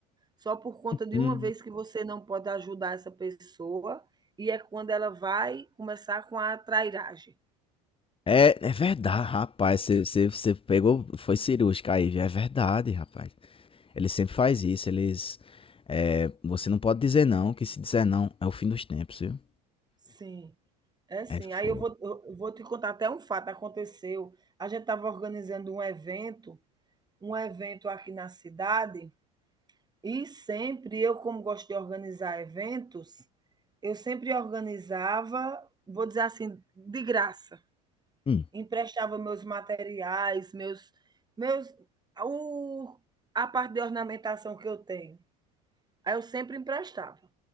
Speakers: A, on the right (about 20°); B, on the left (about 25°).
A: só por conta de
B: Uhum.
A: uma vez que você não pode ajudar essa pessoa, e é quando ela vai começar com a trairagem.
B: É, é verdade, rapaz. Você pegou, foi cirúrgica aí, viu? é verdade, rapaz. Ele sempre faz isso, eles. é, você não pode dizer não, que se dizer não é o fim dos tempos, viu?
A: Sim. É sim.
B: É
A: Aí
B: fogo.
A: eu vou, eu vou te contar até um fato, aconteceu. A gente estava organizando um evento, um evento aqui na cidade, e sempre eu, como gosto de organizar eventos, eu sempre organizava, vou dizer assim, de graça.
B: Hum,
A: emprestava meus materiais, meus, meus o, a parte de ornamentação que eu tenho. Aí eu sempre emprestava.